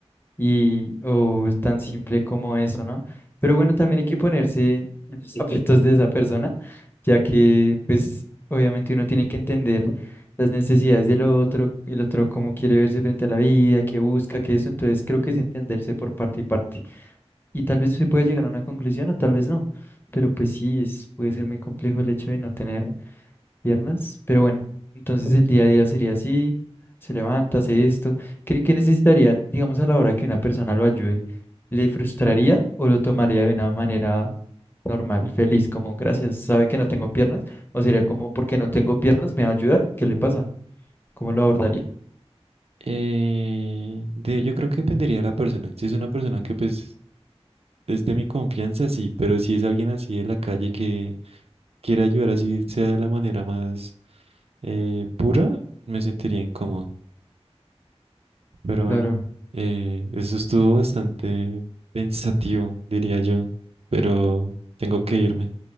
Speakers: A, on the left (about 20°); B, on the right (about 65°).
A: y o es tan simple como eso, ¿no? Pero bueno, también hay que ponerse en los <laughs> zapatos de esa persona, ya que pues obviamente uno tiene que entender las necesidades del otro, el otro cómo quiere verse frente a la vida, qué busca, qué eso, entonces creo que es entenderse por parte y parte. Y tal vez se pueda llegar a una conclusión o tal vez no, pero pues sí, es, puede ser muy complejo el hecho de no tener piernas, pero bueno, entonces el día a día sería así, se levanta, hace esto. ¿Qué, qué necesitaría, digamos, a la hora que una persona lo ayude? ¿Le frustraría o lo tomaría de una manera normal, feliz, como gracias, sabe que no tengo piernas? ¿O sería como porque no tengo piernas, me va a ayudar? ¿Qué le pasa? ¿Cómo lo abordaría?
B: Eh, de, yo creo que dependería de la persona. Si es una persona que pues es de mi confianza, sí, pero si es alguien así de la calle que quiere ayudar así sea de la manera más eh, pura, me sentiría incómodo. Pero
A: Claro,
B: bueno, eh, eso estuvo bastante pensativo, diría yo, pero tengo que irme,